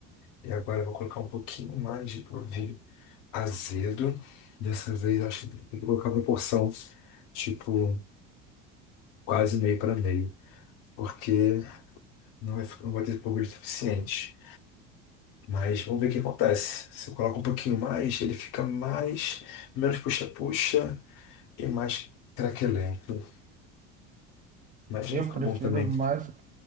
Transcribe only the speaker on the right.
Eu
prefiro
mais